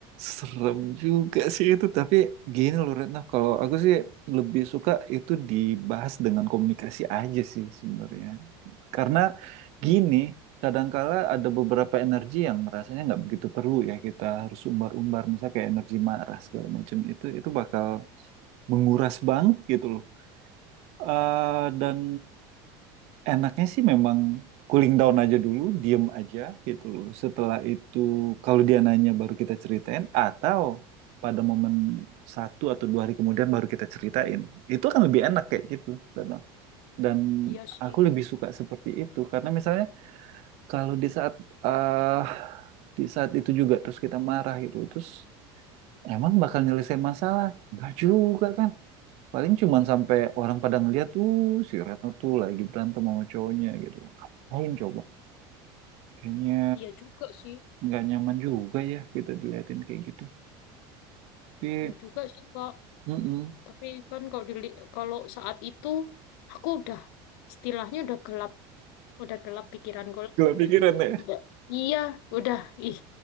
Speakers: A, on the right (about 55°); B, on the left (about 75°).
A: serem juga sih itu. Tapi gini loh Retno, kalau aku sih lebih suka itu dibahas dengan komunikasi aja sih sebenarnya. Karena gini, kadangkala ada beberapa energi yang rasanya nggak begitu perlu ya kita harus umbar-umbar, misalnya kayak energi marah segala macam itu, itu bakal menguras banget gitu loh. Eh, dan enaknya sih memang cooling down aja dulu, diem aja gitu loh. Setelah itu kalau dia nanya baru kita ceritain atau pada momen satu atau dua hari kemudian baru kita ceritain. Itu akan lebih enak kayak gitu. Retno. Dan
B: Iya sih.
A: aku lebih suka seperti itu karena misalnya kalau di saat eh di saat itu juga terus kita marah gitu terus emang bakal nyelesain masalah? Enggak juga kan? Paling cuman sampai orang pada ngeliat, tuh si Retno tuh lagi berantem sama cowoknya gitu. Ngapain coba? Kayaknya
B: Iya juga sih,
A: nggak nyaman juga ya kita diliatin kayak gitu. Tapi,
B: iya juga sih Kak.
A: mm
B: Tapi kan kalau dili- kalau saat itu aku udah istilahnya udah gelap, udah gelap pikiranku lah.
A: Gila pikiran
B: Udah,
A: ya.
B: udah, iya, udah. Ih,